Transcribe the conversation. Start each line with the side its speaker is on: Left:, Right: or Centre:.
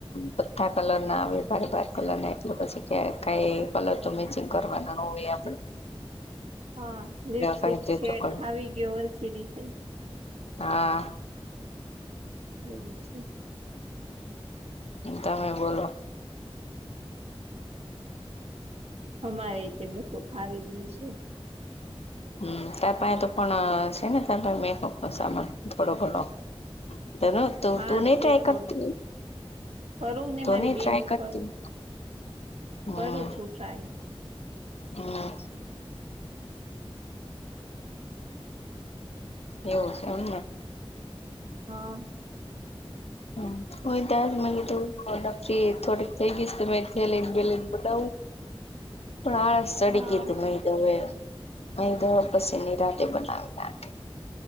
Left: બધા. કલર ના આવે બારે બાર કલર ના એટલે પછી ક કઈ કલર તો મેચિંગ કરવાના નો હોય આપણે.
Right: હા લિપસ્ટિક
Left: કરી ત્રીજો
Right: શેડ
Left: કલર
Right: ફાવી ગયો હરખી રીતે.
Left: હા.
Right: એવુ છે.
Left: હમ તમે બોલો.
Right: અમારે તે બધું ફાવી ગયું છે.
Left: હમ ત પા તો પણ છે ને ત મેકઅપ સામાન થોડો ઘણો. ત ન તો
Right: હા
Left: તું નહી
Right: છે
Left: ટ્રાય
Right: થોડું
Left: કરતી.
Right: કરું ને
Left: તો
Right: મારી
Left: નહી ટ્રાય
Right: બેન ઉપર
Left: કરતી હમ.
Right: કરું છું ટ્રાય.
Left: હમ. એવું છે એમને.
Right: હા.
Left: હમ. હ ત્યાં જ મગ ત ફ્રી થોડીક થઈ ગઈસ ત થેલીનેલીને બલાવું પળસ સડી
Right: હા
Left: ગીધું મહીદવે મહીદવ પછી નિરાતે બનાવી નાખે